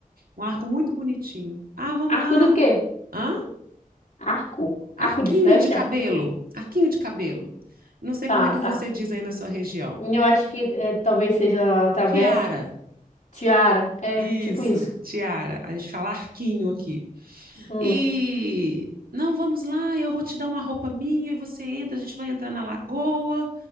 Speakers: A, on the right; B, on the left.
A: um arco muito bonitinho. Ah, vamos
B: Arco
A: lá.
B: do quê?
A: Hã?
B: Arco? Arco
A: Arquinho
B: de flecha?
A: de cabelo. Arquinho de cabelo. Não sei
B: Tá,
A: como é que
B: tá.
A: você diz aí na sua região.
B: Eu acho que é, talvez seja a travessa.
A: Tiara.
B: Tiara. É,
A: Isso,
B: tipo isso.
A: tiara. A gente fala arquinho aqui.
B: Hum.
A: E não, vamos lá, eu vou te dar uma roupa minha e você entra, a gente vai entrar na lagoa.